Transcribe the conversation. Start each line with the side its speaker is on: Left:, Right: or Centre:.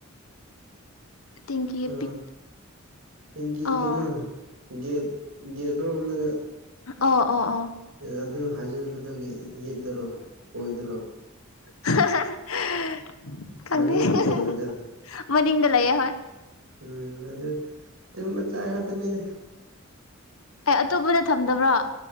Left: ꯇꯦꯡꯀꯤ
Right: ꯑ
Left: ꯄꯤꯛ
Right: ꯇꯦꯡꯀꯤ
Left: ꯑꯣ
Right: ꯀꯩꯅꯣ ꯒꯦꯠ ꯒꯦꯠ ꯂꯣꯝꯗ
Left: ꯑꯣ ꯑꯣ ꯑꯣ
Right: ꯑꯗꯨ ꯍꯥꯏꯖꯤꯜꯂꯒ ꯌꯦꯠꯗꯔꯣ ꯑꯣꯏꯗꯔꯣ
Left: <unintelligible>
Right: ꯃꯅꯤꯡꯗ
Left: <unintelligible>
Right: ꯂꯩꯕꯗꯣ
Left: ꯃꯅꯤꯡꯗ ꯂꯩꯑꯦ ꯍꯣꯏ
Right: ꯎꯝ ꯑꯗꯨ ꯆꯤꯡ ꯃꯆꯥ ꯉꯥꯛꯇꯅꯤꯗ
Left: ꯑꯦ ꯑꯇꯣꯞꯄꯗ ꯊꯝꯗꯕ꯭ꯔꯣ